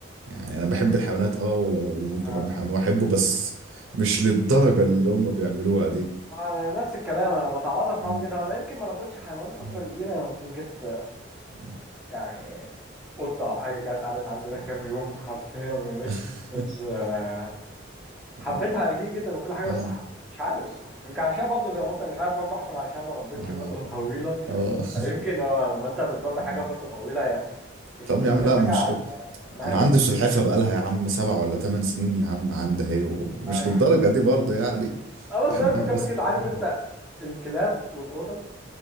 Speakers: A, on the right; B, in the centre.
A: يعني أنا بحب الحيوانات اه وممكن
B: آه.
A: أربي حيوان وأحبه بس مش للدرجة اللي هما بيعملوها دي
B: آه، نفس الكلام انا بتعاطف
A: مم.
B: معاهم جدا انا يمكن ما ربيتش حيوان فتره
A: اه
B: كبيره أنا ممكن جبت
A: يا.
B: يعني قطه او حاجه جت قعدت عندنا
A: مم.
B: كام يوم حرفيا ومشيت
A: <laughs>
B: بس آه، حبيتها
A: اه
B: اكيد جدا وكل حاجه
A: اه
B: بس ح- مش عارف صح يمكن عشان برضه زي ما قلت أنا مش عارف برضه احكم عشان ما ربيتش
A: اه
B: فتره <laughs> طويله
A: آه. <laughs>
B: فيمكن هو لما انت بتربي
A: آه.
B: حاجه فتره طويله هي مش
A: طب
B: هتختلف
A: يا عم لا
B: حاجه
A: مش
B: عن
A: كده
B: انها
A: انا عندي
B: ابنك
A: سلحفه بقالها يا عم سبع ولا ثمان سنين يا عم عندي اهي ومش
B: <laughs> اه
A: للدرجه دي برضه يعني
B: آه، بس
A: بحبها
B: هي الفكره
A: بس
B: فكره
A: مش
B: عارف
A: للدرجه
B: انت
A: دي
B: الكلاب والقطط